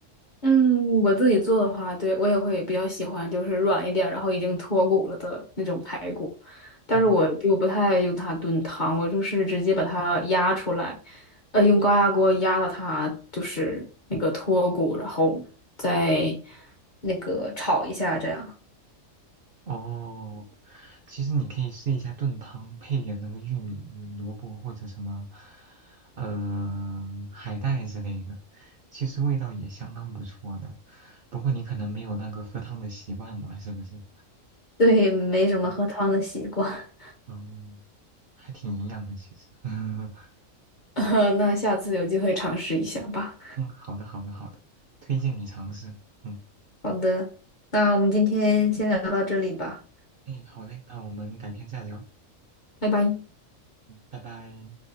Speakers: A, on the left (about 50°); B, on the right (about 60°).
A: 嗯，我自己做的话，对，我也会比较喜欢，就是软一点，然后已经脱骨了的那种排骨。但是我就不太用它炖汤，
B: 哦，
A: 我就是直接把它压出来，呃，用高压锅压到它就是那个脱骨，然后再那个炒一下，这样。
B: 哦，其实你可以试一下炖汤，配点那个玉米、萝卜或者什么，呃，海带之类的，其实味道也相当不错的。不过你可能没有那个喝汤的习惯嘛，是不是？
A: 对，没什么喝汤的习惯，
B: 嗯，嗯，还挺营养的，其实。<laughs>
A: <laughs> 那下次有机会尝试一下吧。
B: 嗯，好的，好的，好的，推荐你尝试。嗯，
A: 好的，那我们今天先聊到这里吧，
B: 哎，好嘞，那我们改天再聊，
A: 拜拜。
B: 嗯拜拜。